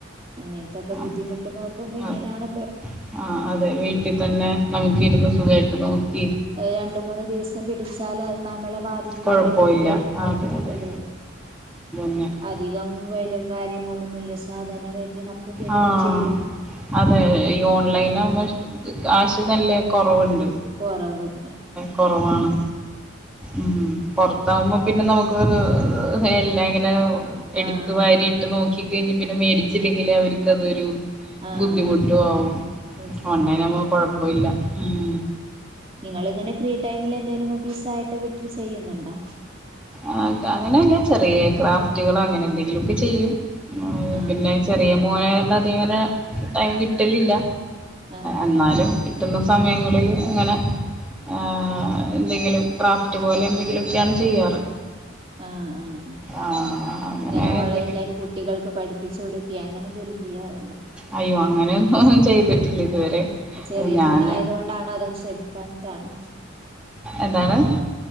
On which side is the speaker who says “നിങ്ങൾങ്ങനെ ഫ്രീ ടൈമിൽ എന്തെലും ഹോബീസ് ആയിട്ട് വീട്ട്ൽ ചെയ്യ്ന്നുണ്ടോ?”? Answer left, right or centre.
Right